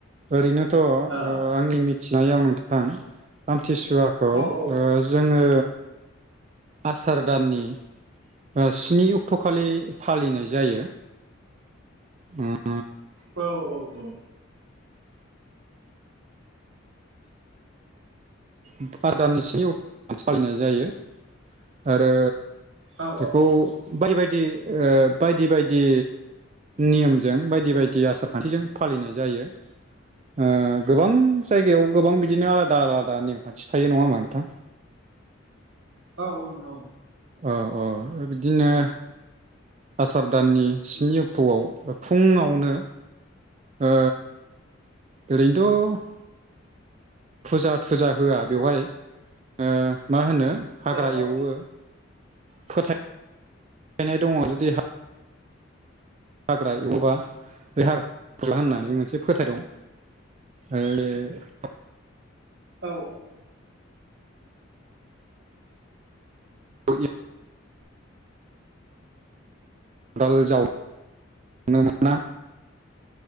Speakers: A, on the right (about 35°); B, on the right (about 65°).
A: ओरैनो थ ओ
B: औ
A: आंनि मिथि नायाव नोंथां <unintelligible> थिसुवाखौ ओ
B: औ
A: जोङो। आसार दाननि बा स्नि अक्ट खालि फालिनाय जायो। ओम।
B: औ औ औ।
A: आसार दाननि स्नि अक्ट फालिनाय जायो। आरो
B: औ
A: बेखौ बायदि बायदि ओ। बायदि बायदि नियमजों बायदि बायदि आसार खान्थिजों फालिनाय जायो। ओ गोबां जायगायाव गोबां बिदिनो आलादा आलाद आ नेमखान्थि थायो नङा होमबा नोंथां?
B: औ नोंगौ
A: अ अ ओ बिदिनो। आसार दाननि स्नि अक्टआव फुंङावनो। ओ। ओरैनोथ। फुजा थुजा होआ बेवहाय। ओ मा होनो हाग्रा
B: औ औ
A: एवो। फोथाय यनाय दङ जुदि हा हाग्रा एवोबा बे हाग <unintelligible>
B: औ
A: <unintelligible> खदाल जाव नो मोना।